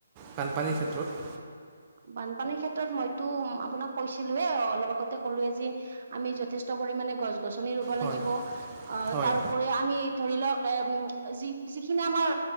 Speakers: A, on the right; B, on the right.
A: বানপানীৰ ক্ষেত্ৰত-
B: বানপানীৰ ক্ষেত্ৰত মইতো আপোনাক কৈছিলোয়ে অলপ আগতে ক'লোৱয়ে যে আমি যথেষ্ট পৰিমানে গছ গছনি ৰুব
A: হয়
B: লাগিব অ
A: হয়
B: তাৰউপৰি আমি ধৰি লওক- এ উ যি যিখিনি আমাৰ